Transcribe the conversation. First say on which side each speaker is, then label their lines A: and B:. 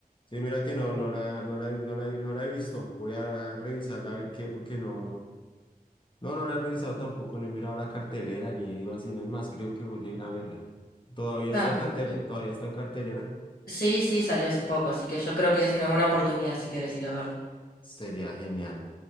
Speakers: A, on the left; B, on the left.
A: Sí, mira que no, no la, no la, he- no la, he- no la he visto. Voy a revisarla a ver qué, porque no, no, no la he revisado tampoco, no he mirado la cartelera ni he ido a cines más, creo que voy a ir a verla. Todavía
B: Ah,
A: está en
B: perfecto.
A: cartelera, todavía está en cartelera.
B: Sí, sí, salió hace poco, así que yo creo que es una buena oportunidad si quieres ir a verlo.
A: Sería genial.